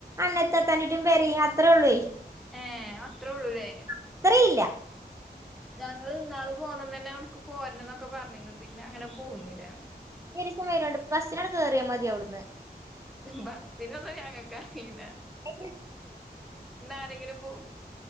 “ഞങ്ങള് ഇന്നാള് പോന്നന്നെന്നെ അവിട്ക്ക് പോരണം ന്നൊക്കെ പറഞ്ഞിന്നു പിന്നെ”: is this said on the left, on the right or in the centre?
Centre